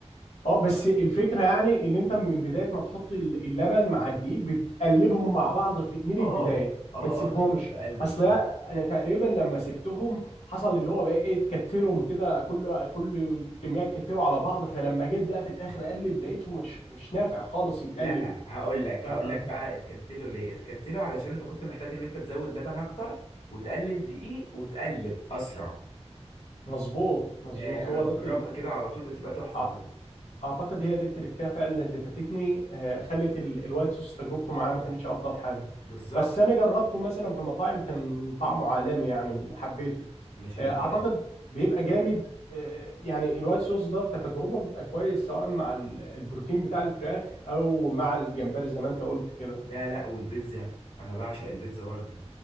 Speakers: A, on the left; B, on the left.
A: اه بس الفكرة يعني ان انت من بداية ما تحط ال- اللبن مع الدقيق بتقلبهم مع بعض في... من
B: اه
A: البداية
B: اه
A: ما تسيبهمش
B: اه تفضل تقلب
A: اصل انا تقريبا لما سبتهم حصل اللي هو بقى ايه اتكتلهم كده كل كل كمية اتكتلوا على بعض فلما جيت بقى في الاخر اقلب لقيته مش مش نافع خالص يتقلب
B: لا هقول لك
A: آه،
B: هقول
A: آه.
B: لك بقى اتكتلوا ليه اتكتلوا علشان انت كنت محتاج ان انت تزود لبن اكتر وتقلل دقيق وتقلب اسرع
A: مظبوط مظبوط
B: اه انا
A: هو
B: بجربها
A: ده ال...
B: كده على طول بتبقى تحفة
A: آه.
B: بجد
A: اعتقد هي دي التركية فعلا اللي فاتتني آه، خلت ال- الوايت صوص تجربته معاه ما كانتش افضل حاجة
B: بالظبط
A: بس انا جربته مثلا في مطاعم كان طعمه عالمي يعني وحبيته
B: مش
A: آه،
B: ال
A: اعتقد بيبقى جامد آه، يعني الوايت صوص ده كتجربة بيبقى كويس سواء مع ال- البروتين بتاع الفراخ او مع الجمبري زي ما انت قلت كده
B: لا لا والبيتزا انا بعشق البيتزا برضو